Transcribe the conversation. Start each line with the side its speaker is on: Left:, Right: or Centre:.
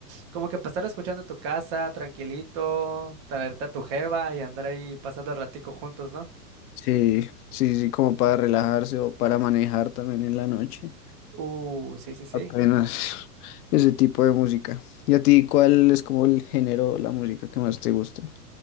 Right: como que pasar escuchando en tu casa, tranquilito, traerte a tu jeva y andar ahí pasando el ratico juntos, ¿no?
Left: Sí, sí, sí, como para relajarse o para manejar también en la noche.
Right: Uh, sí, sí, sí.
Left: Apenas <laughs> ese tipo de música. ¿Y a ti cuál es como el género, la música que más te gusta?